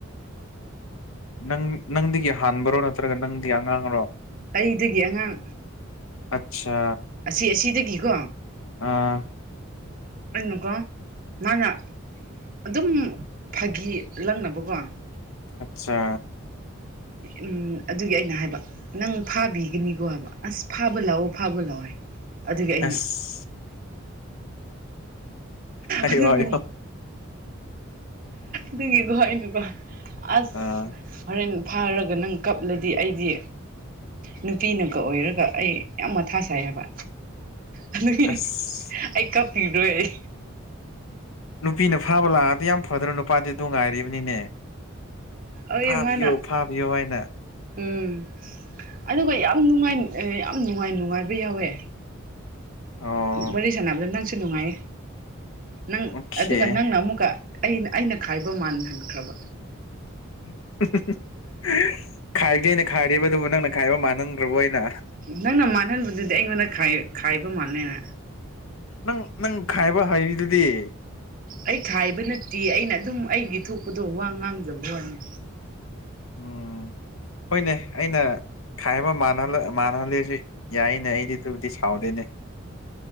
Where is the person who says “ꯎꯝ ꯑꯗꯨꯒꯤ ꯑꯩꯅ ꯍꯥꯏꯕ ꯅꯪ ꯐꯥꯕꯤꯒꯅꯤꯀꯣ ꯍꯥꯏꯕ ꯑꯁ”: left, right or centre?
Right